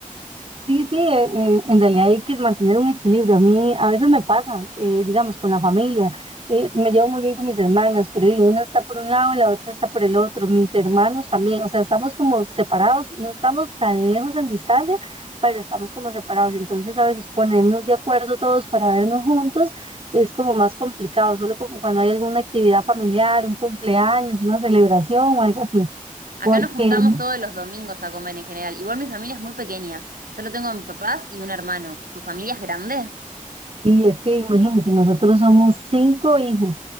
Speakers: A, on the right; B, on the right.
A: Sí, sí, eh, eh, en realidad hay que mantener un equilibrio. A mí a veces me pasa, eh, digamos, con la familia. eh, me llevo muy bien con mis hermanas, pero eh, una está por un lado y la otra está por el otro. Mis hermanos también, o sea, estamos como separados, no estamos tan lejos en distancia, pero estamos como separados. Entonces a veces ponernos de acuerdo todos para vernos juntos es como más complicado, solo como cuando hay alguna actividad familiar, un cumpleaños, una celebración o algo así.
B: Acá
A: Porque,
B: nos juntamos
A: mm,
B: todos los domingos a comer en general. Igual mi familia es muy pequeña. Solo tengo a mis papás y un hermano. ¿Tu familia es grande?
A: y es que imagínense, nosotros somos cinco hijos